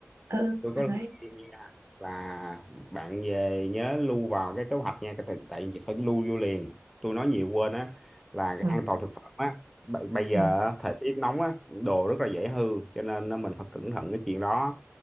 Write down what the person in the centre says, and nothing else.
tôi
có lời
khuyên nha là bạn về nhớ lưu vào cái kế hoạch nha tại, tại vì phải lưu vô liền tôi nói nhiều quên á là
an toàn thực phẩm á B- bây giờ
á, thời tiết nóng á đồ rất là dễ hư cho nên á, mình phải cẩn thận cái chuyện đó